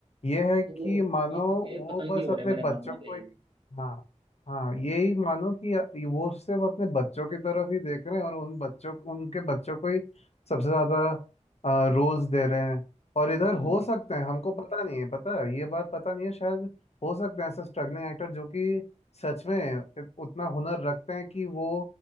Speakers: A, on the left (about 55°); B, on the right (about 40°).
A: ये
B: तो
A: है कि मानो
B: ये, ख- ये
A: वो
B: पतंगे
A: बस
B: हो
A: अपने
B: रहे हैं मेरा
A: बच्चों
B: मानना तो
A: को
B: ये
A: एक
B: है
A: हाँ हाँ यही मानो कि वो सिर्फ अपने बच्चों की तरफ ही देख रहे हैं और उन बच्चों उनके बच्चों को ही सबसे ज्यादा रोल्स दे रहे हैं और इधर
B: हम्म
A: हो सकते हैं हमको पता नहीं है पता है, ये बात पता नहीं है शायद हो सकते हैं ऐसे स्ट्रगलिंग एक्टर जो कि सच में इत- उतना हुनर रखते हैं कि वो